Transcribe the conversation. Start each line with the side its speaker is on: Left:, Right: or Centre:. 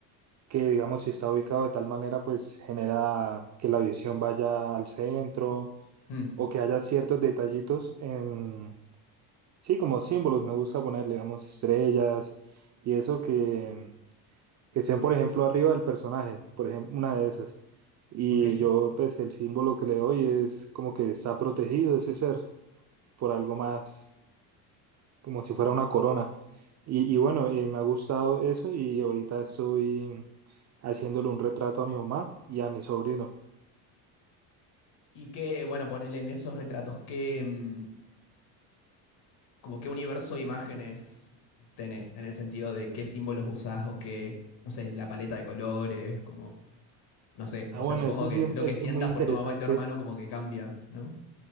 Right: que digamos, si está ubicado de tal manera, pues genera que la visión vaya al centro
Left: Mm,
Right: o que haya ciertos detallitos en, sí, como símbolos, me gusta poner, digamos, estrellas y eso que, que estén, por ejemplo, arriba del personaje, por ejemplo, una de esas. Y
Left: ok.
Right: yo, pues, el símbolo que le doy es como que está protegido ese ser por algo más como si fuera una corona. Y, y bueno, eh, me ha gustado eso y ahorita estoy haciéndole un retrato a mi mamá y a mi sobrino.
Left: Y qué, bueno, ponele en esos retratos, ¿qué, mm, como qué universo de imágenes tenés, en el sentido de qué símbolos usás o qué, no sé, la paleta de colores, como, no sé,
Right: Ah,
Left: o
Right: bueno,
Left: sea, supongo
Right: eso
Left: que
Right: sí em,
Left: lo
Right: es
Left: que sientas
Right: es muy interesante.
Left: por tu mamá y tu hermano como que cambia, ¿no?